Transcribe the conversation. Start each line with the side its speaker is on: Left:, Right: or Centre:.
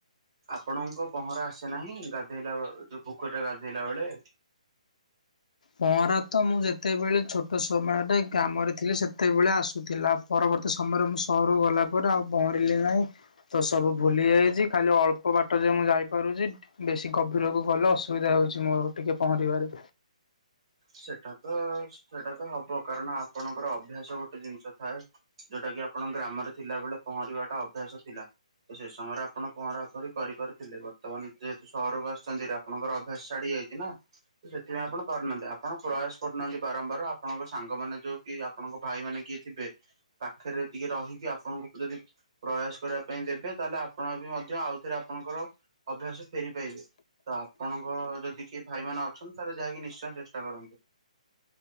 Right: ଆପଣଙ୍କ ପହଁରା ଆସେ ନାହିଁ, ଗାଧେଇଲା ବ ଯୋଉ ପୋଖରୀରେ ଗାଧେଇଲା ବେଳେ।
Left: ପହଁରା ତ ମୁଁ ଯେତେବେଳେ ଛୋଟ ସମୟରେ ଗ୍ରାମରେ ଥିଲି, ସେତେବେଳେ ଆସୁଥିଲା। ପରବର୍ତ୍ତୀ ସମୟରେ, ମୁଁ ସହରକୁ ଗଲା ପରେ, ଆଉ ପହଁରିଲି ନାହିଁ। ତ, ସବୁ ଭୁଲି ଯାଇଛି। ଖାଲି ଅଳ୍ପ ବାଟ ଯାଏ ମୁଁ ଯାଇପାରୁଛି। ବେଶୀ ଗଭୀରକୁ ଗଲେ, ଅସୁବିଧା ହଉଛି ମୋର ଟିକେ ପହଁରିବାରେ।
Right: ସେଟା ତ-ଅ, ସେଟା ତ ହବ, କାରଣ ଆପଣଙ୍କର ଅଭ୍ୟାସ ଗୋଟେ ଜିନିଷ ଥାଏ। ଯୋଉଟା କି, ଆପଣ ଗ୍ରାମରେ ଥିଲାବେଳେ ପହଁରିବାଟା ଅଭ୍ୟାସ ଥିଲା। ସେ ସମୟରେ ଆପଣ ପହଁରା ପହଁରି କରିପାରିଥିଲେ। ବର୍ତ୍ତମାନ ଯେହେତୁ ସହରକୁ ଆସିଚନ୍ତି ତ ଆପଣଙ୍କର ଅଭ୍ୟାସ ଛାଡି ଯାଇଛି ନା! ତ ସେଥିପାଇଁ ଆପଣ ପାରୁନାହାଁନ୍ତି। ଆପ୍ ଆପଣ ପ୍ରୟାସ କରୁନାହାଁନ୍ତି, ବାରମ୍ବାର ବାରମ୍ବାର। ଆପଣଙ୍କ ସାଙ୍ଗମାନେ, ଯୋଉ କି ଆପଣଙ୍କ ଭାଇ ମାନେ କିଏ ଥିବେ? ପାଖରେ ଟିକେ ରହିକି, ଆପଣଙ୍କୁ ଯଦି ପ୍ରୟାସ କରିବା ପାଇଁ ଦେବେ, ତାହେଲେ ଆପଣ ବି ମଧ୍ୟ ଆଉଥରେ, ଆପଣଙ୍କର ଅଭ୍ୟାସ ଫେରି ପାଇବେ। ତ, ଆପଣଙ୍କ ଯଦି କିଏ ଭାଇମାନ ଅଛନ୍ତି, ତାହେଲେ ଯାଇକି ନିଶ୍ଚୟ ଚେଷ୍ଟା କରନ୍ତୁ।